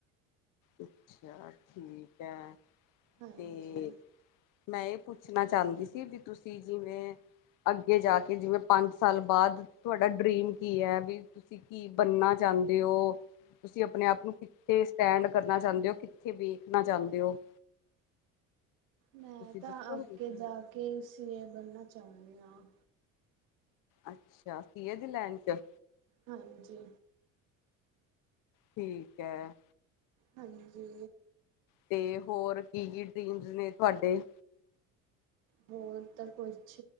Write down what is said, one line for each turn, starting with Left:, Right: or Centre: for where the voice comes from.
Left: ਅੱਛਾ, ਠੀਕ ਹੈ।
Right: ਹਾਂਜੀ
Left: ਤੇ ਮੈਂ ਏ ਪੁੱਛਣਾ ਚਾਹੁੰਦੀ ਸੀ ਵੀ ਤੁਸੀਂ ਜਿਵੇਂ ਅੱਗੇ ਜਾ ਕੇ ਜਿਵੇਂ ਪੰਜ ਸਾਲ ਬਾਅਦ ਤੁਹਾਡਾ ਡਰੀਮ ਕੀ ਹੈ? ਵੀ ਤੁਸੀਂ ਕੀ ਬਣਨਾ ਚ ਚਾਂਦੇ ਹੋ? ਤੁਸੀਂ ਆਪਣੇ ਆਪ ਨੂੰ ਕਿੱਥੇ ਸਟੈਂਡ ਚਾਹਦੇ ਹੋ? ਕਿੱਥੇ ਵੀ ਵੇਖਣਾ ਚਾਹੁੰਦੇ ਹੋ?
Right: ਮੈਂ
Left: ਤੁਸੀਂ
Right: ਤਾਂ
Left: ਦੱਸੋਗੇ?
Right: ਆਗੇ ਜਾ ਕੇ ਸੀ ਏ ਬਣਨਾ ਚਾਹੁੰਣੀ ਹਾਂ।
Left: ਅੱਛਾ, ਸੀ ਏ ਦੀ ਲਾਈਨ ਚ?
Right: ਹਾਂਜੀ।
Left: ਠੀਕ ਹੈ।
Right: ਹਾਂਜੀ।
Left: ਤੇ ਹੋਰ ਕੀ-ਕੀ ਡ੍ਰਰੀਮਸ ਨੇ ਤੁਹਾਡੇ?
Right: ਬਹੁਤ ਕੁੱਛ